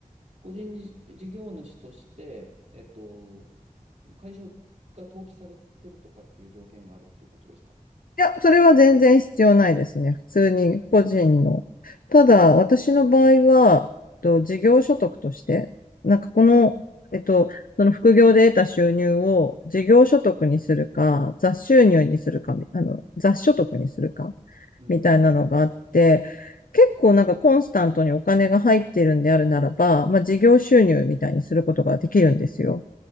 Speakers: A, on the right (about 55°); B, on the left (about 75°).
A: 個人事事業主として、えっと、会社が登記されてるとかっていう条件があるっていうことですか
B: や、それは全然必要ないですね。普通に個人の。
A: おうん
B: ただ、私の場合は、えっと、事業所得として、なんかこの、えっと、その副業で得た収入を事業所得にするか、雑収入にするか、あの、雑所得にするか
A: うんうん。
B: みたいなのがあって、結構なんかコンスタントにお金が入ってるんであるならば、まあ事業収入みたいにすることができるんですよ。